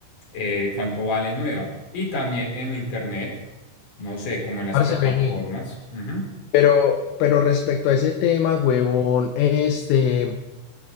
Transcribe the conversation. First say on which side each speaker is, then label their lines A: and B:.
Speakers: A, on the left; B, on the left.
A: eh, cuánto vale nueva. Y también en internet, no sé, como en las
B: Parce,
A: plataformas.
B: vení.
A: Ujú.
B: Pero, pero respecto a ese tema, huevón, este.